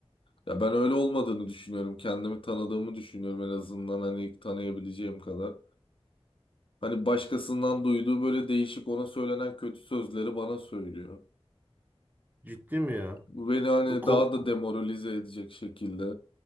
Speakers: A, on the left; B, on the right.
A: Ya ben öyle olmadığını düşünüyorum. Kendimi tanıdığımı düşünüyorum en azından hani tanıyabileceğim kadar. Hani başkasından duyduğu böyle değişik ona söylenen kötü sözleri bana söylüyor.
B: ciddi mi ya?
A: Bu beni hani
B: Bu ko-
A: daha da demoralize edecek şekilde.